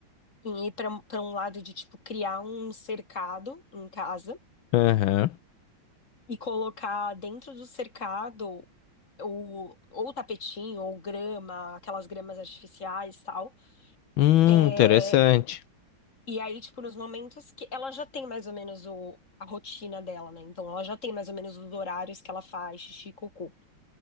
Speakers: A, on the left (about 35°); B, on the left (about 80°).
A: em ir pra pra um lado de, tipo, criar um cercado em casa
B: Aham.
A: e colocar dentro do cercado o, ou tapetinho, ou grama, aquelas gramas artificiais e tal.
B: Hum,
A: É,
B: interessante.
A: e aí, tipo, nos momentos que ela já tem mais ou menos o, a rotina dela, né? Então, ela já tem mais ou menos os horários que ela faz xixi e cocô.